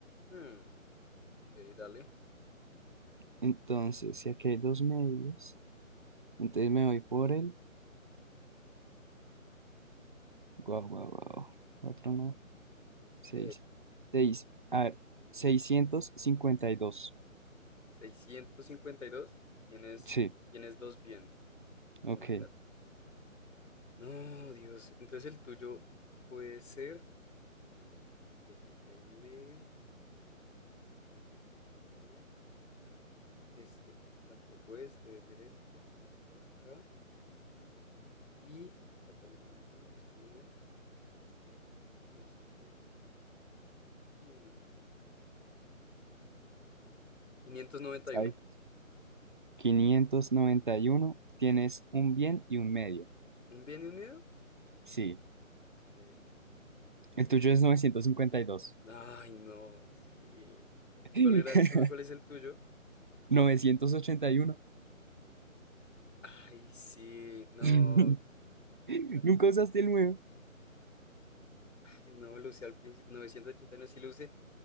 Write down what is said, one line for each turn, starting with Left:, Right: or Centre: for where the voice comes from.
Left: Hmm, ok, dale.
Right: Entonces, si aquí hay dos medios. Entonces me voy por el. Guau, guau, guau. Cuatro, no.
Left: Ok.
Right: Seis. Seis. A ver, seiscientos cincuenta y dos
Left: seiscientos cincuenta y dos Tienes,
Right: Sí,
Left: tienes dos bien.
Right: ok.
Left: Oh my God. No, Dios. Entonces el tuyo puede ser. Ok, si acá hay un medio. Entonces este no es. Este tampoco es. Debe ser este. Entonces este va acá. Y acá también hay un medio. Este no es. Este no sé si es. Hmm, quinientos noventa
Right: Está
Left: y uno
Right: difícil. quinientos noventa y uno Tienes un bien y un medio.
Left: ¿Un bien y un medio?
Right: Sí.
Left: Ok.
Right: El tuyo es novecientos novecientos cincuenta y dos
Left: Ay, no, sí.
Right: <laughs>
Left: ¿Cuál era el tuyo? ¿Cuál es el tuyo?
Right: novecientos ochenta y uno
Left: Ay, sí, no.
Right: <laughs>
Left: Ay, pucha.
Right: Nunca usaste el nuevo.
Left: Ay, no, lo usé al principio. 989 sí lo usé.